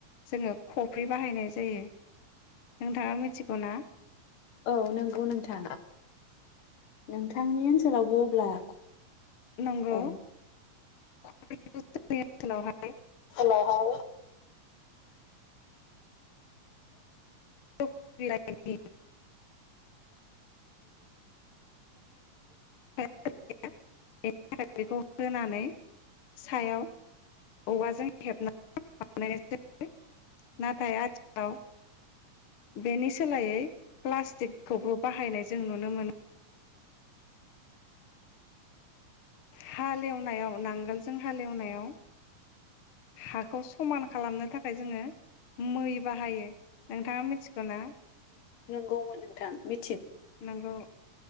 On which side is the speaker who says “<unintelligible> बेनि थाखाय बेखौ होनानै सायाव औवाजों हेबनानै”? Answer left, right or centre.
Left